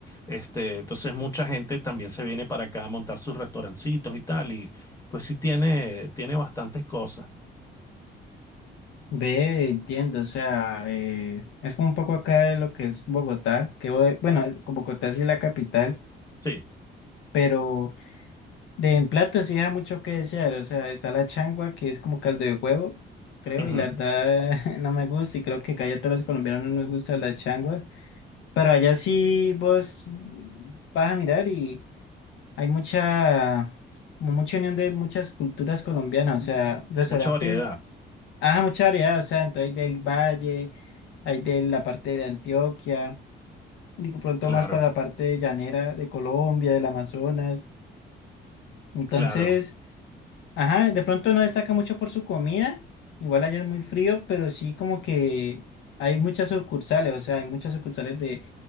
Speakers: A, on the left (about 15°); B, on the left (about 80°).
A: Este, entonces mucha gente también se viene para acá a montar sus restaurancitos y tal, y pues sí tiene, tiene bastantes cosas.
B: Ve, entiendo, o sea, eh, es como un poco acá de lo que es Bogotá, que bo- bueno, es- como Bogotá sí es la capital,
A: Sí,
B: pero de en plato sí da mucho que desear, o sea, está la changua que es como caldo de huevo, creo,
A: ujú,
B: y la verdad <laughs> no me gusta y creo que casi a todos los colombianos no nos gusta la changua, pero allá sí vos vas a mirar y hay mucha, como mucha unión de muchas culturas colombianas, o sea, restaurantes
A: Mucha variedad.
B: Ah, mucha variedad, o sea, entonces hay del valle, hay de la parte de Antioquia, digo pronto
A: Claro,
B: más para la parte llanera de Colombia, del Amazonas. Entonces,
A: claro,
B: ajá, de pronto no destaca mucho por su comida, igual allá es muy frío, pero sí como que hay muchas sucursales, o sea, hay muchas sucursales de,